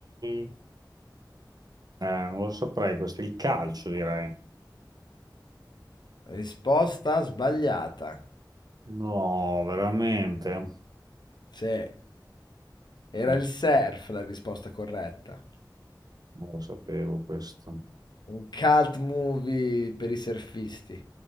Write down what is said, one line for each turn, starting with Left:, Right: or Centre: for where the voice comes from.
Right: il- eh, non lo saprei, questo è il calcio, direi.
Left: Risposta sbagliata.
Right: No, veramente?
Left: Sì, era
Right: Eh,
Left: il surf la risposta corretta.
Right: non lo sapevo questo.
Left: Un cult movie per i surfisti.